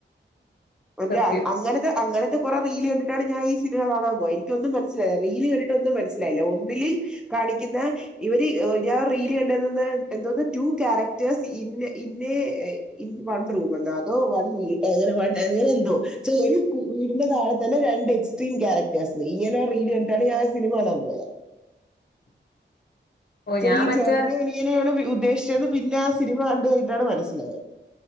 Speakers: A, in the centre; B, on the left (about 55°).
A: മറ്റേ
B: സത്യം
A: അങ്ങനെത് അങ്ങനെത്. കൊറെ റീല് കണ്ടിട്ടാണ് ഞാൻ ഇ സിനിമ കാണാ പോയെ എനിക്കൊന്നും മനസ്സിലായില്ല. റീല് കണ്ടിട്ടൊന്നും മൻസ്സിലായില്ല ഒന്നില്. കാണിക്കുന്ന ഇവര് ഞാ റീല് ക ണ്ടന്ന്ന്ന്. എന്തോന്ന് ടു ക്യാരക്ടേഴ്സ് ഇന്ന് ഇന്നേ ഇൻ വൺ റൂമെന്നോ അതോ വൺ വീ ഏഹ് വൺ എങ്ങനെന്തോ ശേ ഒരു വീടിന്റെ താഴെ തന്നെ രണ്ട് എക്സ്ട്രീം കാരക്ട ഴ്സ് ഇങ്ങനെ റീല് കണ്ട്ട്ടാണ് ഞാൻ സിനിമ കാണാൻ പോയേ.
B: ഓ ഞാൻ
A: ഈ
B: മറ്റേ
A: ചേട്ടനെ അനിയനെണ് ഉദ്ദേശ്ച്ചേ പിന്നെ ആ സിനിമ കണ്ട് കഴിഞ്ഞട്ടാണ് മനസ്സിലായേ.